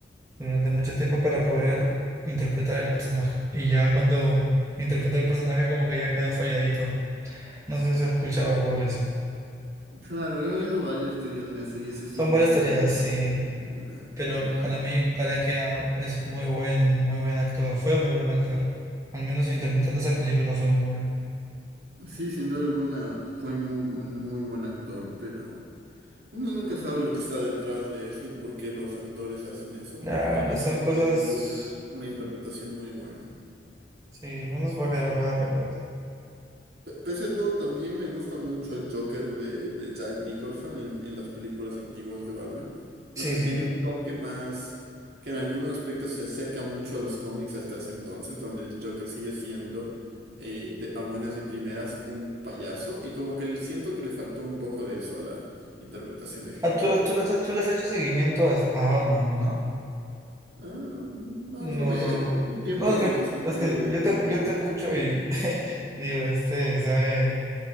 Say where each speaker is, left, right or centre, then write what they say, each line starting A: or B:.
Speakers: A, on the right (about 20°); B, on the right (about 60°).
A: durante
B: Ujú.
A: mucho tiempo para poder interpretar el personaje. Y ya cuando interpreté el personaje como que ya quedó falladito. No sé si has escuchado sobre eso.
B: Claro, he oído varias teorías de eso y ese siempre
A: Son varias
B: es
A: tareas,
B: un tema
A: sí,
B: sensible,
A: pero
B: pero no.
A: para mí, para que ah, es muy buen, muy buen actor, fue muy buen actor. Al menos interpretando esa película fue muy buena.
B: Sí, sin duda alguna fue muy, un muy buen actor, pero uno nunca sabe lo que está detrás de eso y por qué los actores hacen eso,
A: Claro,
B: pero al menos
A: son cosas,
B: dejó una, una interpretación muy buena.
A: sí, al menos va a quedar para el recuerdo.
B: Pese a todo, también me gusta mucho el Joker de, de Jack Nicholson en, en las películas antiguas de Batman. No
A: Sí,
B: sé,
A: sí.
B: tiene un toque más que en algunos aspectos se acerca mucho a los cómics hasta ese entonces, donde el Joker sigue siendo eh, de- a buenas y primeras un payaso y como que le- siento que le faltó un poco de eso a la interpretación de Heath
A: Ah, tú,
B: Ledger.
A: tú, tú, tú le has hecho seguimiento a, a Batman, ¿no?
B: Ah, más
A: No,
B: o menos,
A: no,
B: hubo un tiempo
A: no, es
B: en
A: que,
B: el que sí estuve
A: es que
B: leyendo
A: yo te,
B: los
A: yo
B: cómics.
A: te escucho y <laughs> digo, este, sabe,